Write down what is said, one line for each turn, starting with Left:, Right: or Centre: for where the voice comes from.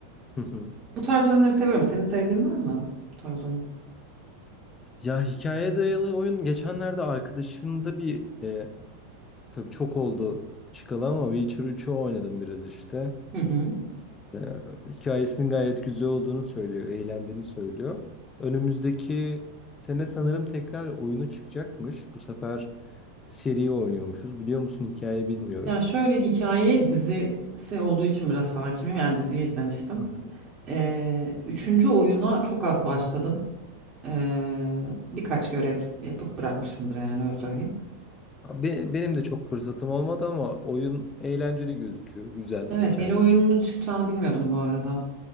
Left: hı hı.
Right: Bu tarz oyunları seviyorum. Senin sevdiğin var mı bu tarz oyun?
Left: Ya hikayeye dayalı oyun geçenlerde arkadaşımda bir e, tabii çok oldu çıkalı ama Witcher üçü oynadım biraz işte.
Right: Hı hı.
Left: e, hikayesinin gayet güzel olduğunu söylüyor, eğlendiğini söylüyor. Önümüzdeki sene sanırım tekrar oyunu çıkacakmış. Bu sefer seri oynuyormuşuz. Biliyor musun hikayeyi bilmiyorum.
Right: Ya şöyle hikaye dizisi olduğu için biraz hakimim. Yani diziyi izlemiştim.
Left: Hı hı.
Right: Ee, üçüncü oyuna çok az başladım. Ee, birkaç görev yapıp bırakmışımdır yani öyle söyleyeyim.
Left: Be- benim de çok fırsatım olmadı ama oyun eğlenceli gözüküyor. Güzel
Right: Evet
Left: hikaye.
Right: yeni oyunun çıkacağını bilmiyordum bu arada.